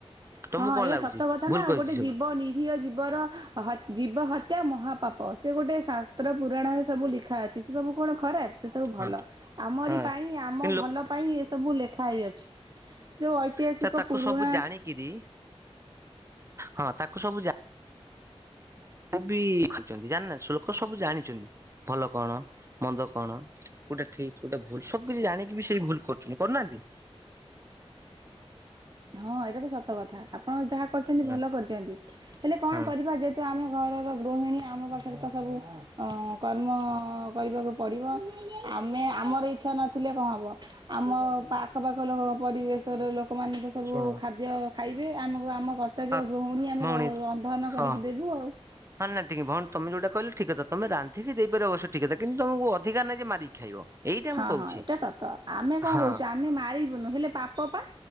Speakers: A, on the right (about 25°); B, on the right (about 45°).
A: ତମକୁ
B: ହଁ
A: କଣ
B: ଏଇଟା
A: ଲାଗୁଛି
B: ସତ କଥା
A: ଭୁଲ
B: ନା ଆଉ
A: କହିଛି
B: ଗୋଟେ
A: ସବୁ?
B: ଜୀବ ନିରୀହ ଜୀବର ହ ଜୀବ ହ ତ୍ୟା ମହାପାପ ସେ ଗୋଟେ ଶାସ୍ତ୍ର ପୁରାଣରେ ସବୁ ଲେଖା ଅଛି ସେ ସବୁ କଣ ଖରାପ। ସେ ସବୁ ଭଲ
A: ହଁ
B: ଆମରି
A: ହଁ
B: ପାଇଁ ଆମ
A: କିନ୍ତୁ
B: ଭଲ ପାଇଁ ଏ ସବୁ ଲେଖା ହେଇଅଛି। ଯୋଉ ଐତିହାସିକ
A: ଲୋକ ତାକୁ
B: ପୁରୁଣା
A: ସବୁ ଜାଣିକିରି ହଁ ତାକୁ ସବୁ ଯା କୁବି ଖାଉଛନ୍ତି ଜାଣନାହାନ୍ତି। ଲୋକ ସବୁ ଜାଣିଛନ୍ତି ଭଲ କଣ ମନ୍ଦ କଣ ଗୋଟେ- ଠିକ ଗୋଟେ ଭୁଲ ସବୁ କିଛି ଜାଣିକି ବି ସେଇ ଭୁଲ କରୁଛନ୍ତି କରୁନାହାନ୍ତି।
B: ହଁ ଏଇଟା ତ ସତ କଥା ଆପଣ ଯାହା କରିଛନ୍ତି
A: ହଁ
B: ଭଲ କରିଛନ୍ତି ହେଲେ କଣ
A: ହଁ
B: କରିବା ଯେହେତୁ ଆମେ ଘରର ଗୃହିଣୀ ଆମ ପାଖରେ ତ ସବୁ ଅ କର୍ମ କରିବାକୁ ପଡିବ ଆମେ ଆମର ଇଚ୍ଛା ନଥିଲେ କଣ ହବ ଆମ ପାଖ ପାାଖ ପରିବେଶର ଲୋକମାନେ ତ ସବୁ
A: ଶୁଣ
B: ଖାଦ୍ୟ ଖାଇବେ ଆମକୁ ଆମ କର୍ତ୍ତବ୍ୟ
A: ହଁ
B: ଗୃହଣୀ ଆମେ
A: ଭଉଣୀ
B: ଉମ ର-ରନ୍ଧନ
A: ହଁ
B: କରିକି ଦେବୁ ଆଉ
A: ହଁ ନା ଟିକେ ଭଉଣୀ ତମେ ଯୋଉଟା କହିଲ ଠିକ କଥା ତମେ ରାନ୍ଧିକି ଦେଇପାର ଆବଶ୍ୟ ଠିକ କଥା କିନ୍ତୁ ତମକୁ ଅଧିକାର ନାଇଁ ଯେ ମାରିକି ଖାଇବ। ଏଇଟା
B: ହଁ
A: ମୁଁ କହୁଛି
B: ହଁ ଏଇଟା ସତ ଆମେ କଣ
A: ହଁ
B: କହୁଛୁ ଆମେ ମାରିବୁନୁ ହେଲେ ପାପ ପା